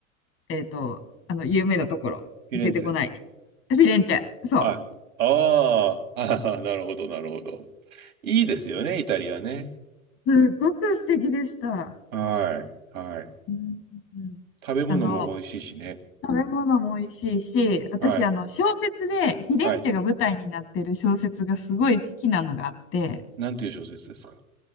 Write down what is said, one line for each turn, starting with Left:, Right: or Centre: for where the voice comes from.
Left: えっ、と、あの、有名なところ、
Right: フィレンツェ。
Left: 出てこない。フィレンチェ。そう。
Right: はい。ああ、あー <laughs> なるほど、なるほど。いいですよね、イタリアね。
Left: すごく素敵でした。
Right: はい、はい。
Left: うんうん
Right: 食べ物も美味しいしね。
Left: あの、食べ物も美味しいし、私、
Right: はい、
Left: あの、小説で、フィレンチェが舞台になってる小説がすごい好きなのがあって、
Right: はい。なんていう小説ですか